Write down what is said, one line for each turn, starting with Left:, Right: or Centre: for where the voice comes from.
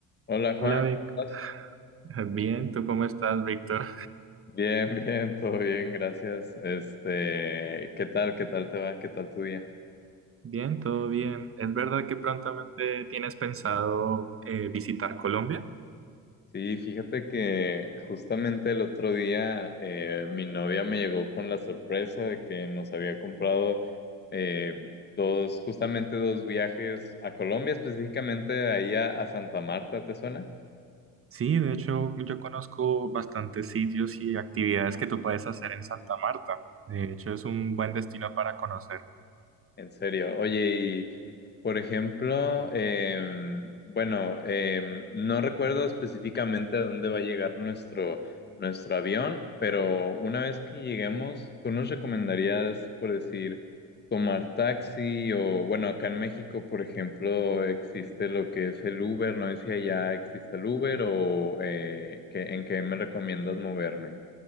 Left: Hola Juan,
Right: Hola Vic,
Left: ¿cómo estás?
Right: <laughs> bien, ¿tú cómo estás, Víctor?
Left: Bien, <laughs> bien, todo bien, gracias. Este, ¿qué tal? ¿Qué tal te va? ¿Qué tal tu día?
Right: Bien, todo bien. ¿Es verdad que prontamente tienes pensado eh, visitar Colombia?
Left: Sí, fíjate que justamente el otro día eh, mi novia me llegó con la sorpresa de que nos había comprado eh, dos, justamente dos viajes a Colombia, específicamente ahí a, a Santa Marta, ¿te suena?
Right: Sí, de hecho, yo conozco bastantes sitios y actividades que tú puedes hacer en Santa Marta. De hecho, es un buen destino para conocer.
Left: En serio. Oye, y por ejemplo, em, bueno, em, no recuerdo específicamente a dónde va a llegar nuestro, nuestro avión, pero una vez que lleguemos, ¿tú nos recomendarías, por decir, tomar taxi o, bueno, acá en México, por ejemplo, existe lo que es el Uber, no sé si allá existe el Uber o eh, ¿qué- en qué me recomiendas moverme?